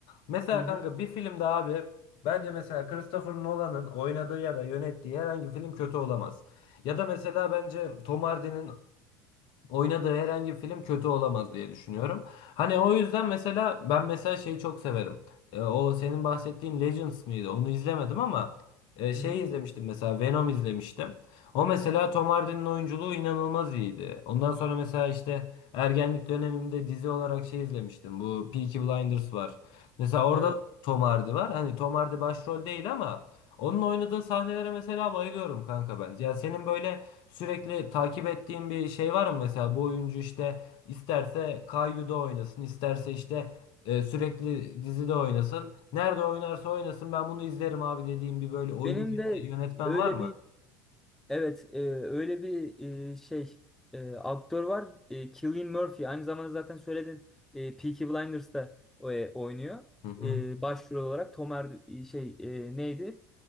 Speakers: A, on the left; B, in the centre.
A: Mesela
B: Hı hı,
A: kanka bir filmde abi bence mesela Christopher Nolan'ın oynadığı ya da yönettiği herhangi bir film kötü olamaz. Ya da mesela bence Tom Hardy'nin oynadığı herhangi bir film kötü olamaz diye düşünüyorum. Hani o yüzden mesela ben mesela şeyi çok severim. E, o senin bahsettiğin Legends miydi? Onu izlemedim ama e, şey
B: hı hı.
A: izlemiştim mesela Venom izlemiştim. O mesela Tom Hardy'nin oyunculuğu inanılmaz iyiydi. Ondan sonra mesela işte ergenlik dönemimde dizi olarak şey izlemiştim. Bu Peaky Blinders var. Mesela orada
B: Evet.
A: da Tom Hardy var. Hani Tom Hardy başrol değil ama onun oynadığı sahnelere mesela bayılıyorum kanka ben. Ya senin böyle Sürekli takip ettiğin bir şey var mı mesela bu oyuncu işte isterse Kayyu'da oynasın, isterse işte e, sürekli dizide oynasın. Nerede oynarsa oynasın ben bunu izlerim abi dediğim bir böyle oyuncu
B: Benim
A: ya
B: de
A: da yönetmen
B: öyle
A: var mı?
B: bir evet e, öyle bir e, şey e, aktör var. E, Cillian Murphy aynı zamanda zaten söyledin e, Peaky Blinders'ta e, oynuyor.
A: Hı hı.
B: E, başrol olarak Tom Er şey e, neydi?